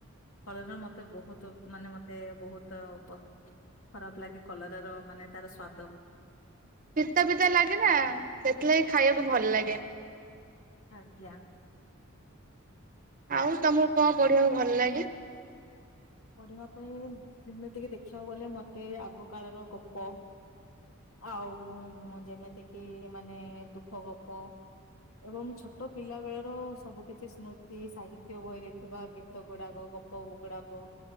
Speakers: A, on the left (about 75°); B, on the right (about 40°).
A: ଫଳରେ ମତେ ବହୁତ ମାନେ ମତେ ମତେ ବହୁତ ପତ୍ ଖରାପ ଲାଗେ କଲରାର ମାନେ ତାର ସ୍ଵାଦ।
B: ପିତା ପିତା ଲାଗେ ନା, ସେଥିଲାଗି ଖାଇବାକୁ ଭଲ ଲାଗେନି।
A: ଆଜ୍ଞା
B: ଆଉ ତମକୁ କଣ ପଢିବାକୁ ଭଲ ଲାଗେ?
A: ପଢିବା ପାଇଁ, ଯେମିତିକି ଦେଖିବାକୁ ଗଲେ ମତେ ଆଗ କାଳର ଗପ ଆଉ ଯେମିତି କିି ମାନେ ଦୁଃଖ ଗପ ଏବଂ ଛୋଟ ପିଲା ବେଳର ସବୁ କିଛି ସ୍ମୃତି, ସାହିତ୍ୟ ବହିରେ ଥିବା ଗୀତ ଗୁଡାକ ଗପ ଗୁଡାକ